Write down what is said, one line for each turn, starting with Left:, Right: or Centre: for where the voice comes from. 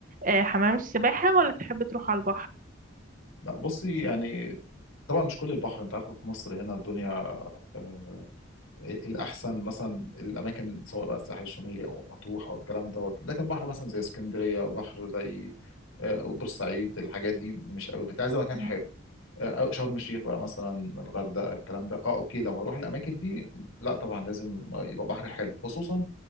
Right: آه، حمام السباحة ولا تحب تروح على البحر
Left: لا بصي يعني طبعا مش كل البحر أنت عارفة في مصر هنا الدنيا آه الأحسن مثلا الأماكن سواء بقى الساحل الشمالي أو مطروح أو الكلام دوت، لكن بحر مثلا زي اسكندرية، بحر زي آه بورسعيد الحاجات دي مش أوي، فأنت عايزة مكان
Right: مم.
Left: حلو. آه، أو شرم الشيخ بقى مثلا الغردقه الكلام ده اه اوكي لو هروح الاماكن دي لا طبعا لازم يبقى بحر حلو خصوصا